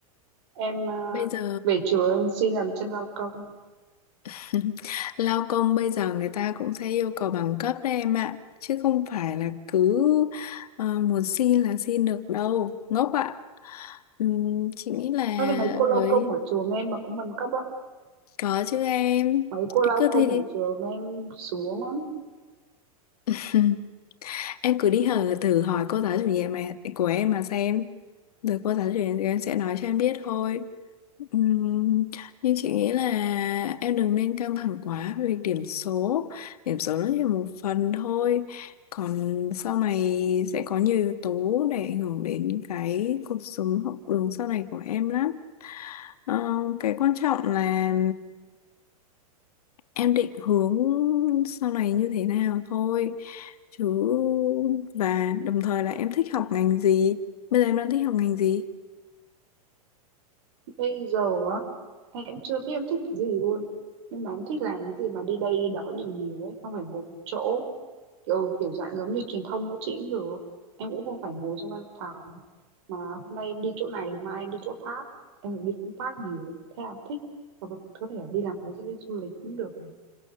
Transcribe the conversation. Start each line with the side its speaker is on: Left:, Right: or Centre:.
Right: em à,
Left: Bây giờ
Right: về chùa em xin làm chân lao công
Left: <laughs> Lao công bây giờ người ta cũng sẽ yêu cầu bằng cấp đấy em ạ. Chứ không phải là cứ ờ, muốn xin là xin được đâu. Ngốc ạ. Ừm, chị nghĩ là
Right: nói thì mấy cô lao
Left: với...
Right: công ở chùa em mà cũng bằng cấp á
Left: Có chứ em.
Right: mấy cô
Left: Em
Right: lao
Left: cứ
Right: công
Left: thi đi.
Right: ở chùa em xuống lắm
Left: <laughs> Em cứ đi hở thử hỏi cô giáo chủ nhiệm mà, của em mà xem. Rồi cô giáo chủ nhiệm em sẽ nói cho em biết thôi. Ừm, nhưng chị nghĩ là em đừng nên căng thẳng quá về việc điểm số điểm số nó chỉ là một phần thôi còn sau này sẽ có nhiều yếu tố để ảnh hưởng đến cái cuộc sống học đường sau này của em lắm Ờ, cái quan trọng là em định hướng sau này như thế nào thôi chứ và đồng thời là em thích học ngành gì bây giờ em đang thích học ngành gì
Right: bây giờ á em chưa biết em thích cái gì luôn nhưng mà em thích làm cái gì mà đi đây đi đó nhiều nhiều ấy không phải ngồi một chỗ kiểu kiểu dạng giống như truyền thông của chị cũng được em cũng không phải ngồi trong văn phòng mà hôm nay em đi chỗ này mai em đi chỗ khác em được đi công tác nhiều thế là em thích và có thể là đi làm hướng dẫn viên du lịch cũng được này